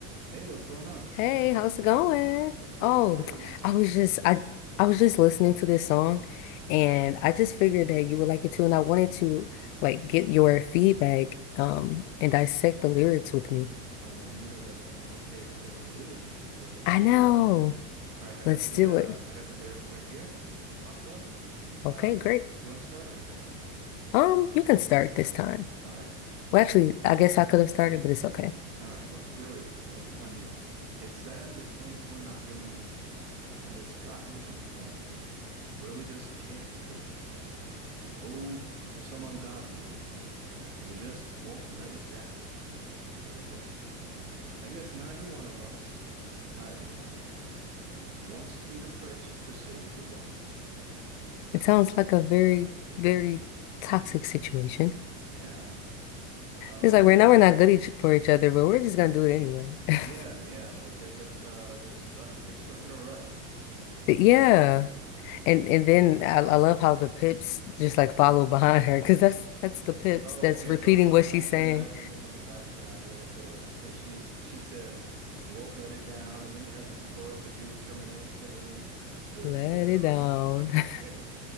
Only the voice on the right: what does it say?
Hey, what's going on?
It's going
great.
Oh man, you know that's one of my favorite things to do with you. So let's
take
a look. All right, I got
the
uh
I got the lyrics right here. It popped up. Um,
do you want to start or should I?
All right.
All right, well, here we are. Let's plunge in. It's sad to think we're not gonna make it, and it's gotten to the point where we just can't fake it. Oh, for some ungodly reason, we just won't let it down. Let it down. I guess neither one of us, neither one of us wants to be the first to say goodbye.
Yeah. Um
yeah, yeah, like they're just uh they're stuck they're stuck in a rut.
Oh,
okay.
So so
I can
imagine them in the background, right? So so she's she says won't let it down and then you have this chorus of dudes coming in saying
let
it down.
<laughs>
Okay.